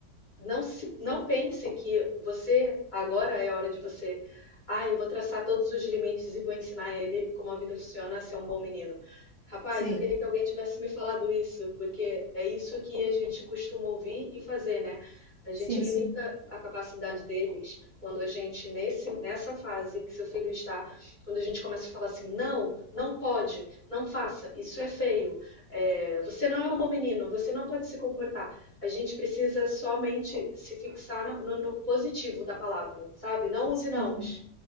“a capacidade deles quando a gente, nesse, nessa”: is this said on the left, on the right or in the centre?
Left